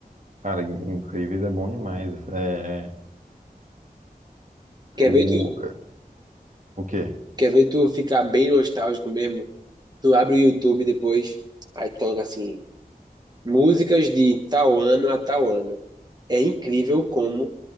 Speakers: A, on the right; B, on the right.
A: Cara, incrível é bom demais. É,
B: Quer
A: o,
B: ver tu,
A: o quê?
B: quer ver tu ficar bem nostálgico mesmo? Tu abre o YouTube depois, aí tu coloca assim. Músicas de tal ano a tal ano. É incrível como